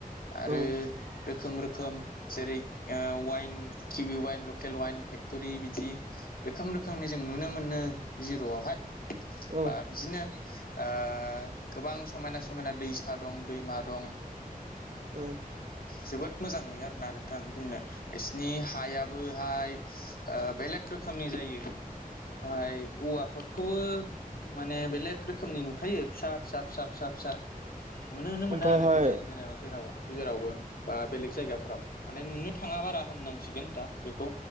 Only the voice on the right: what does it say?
औ
औ
औ
ओमफ्रायहाय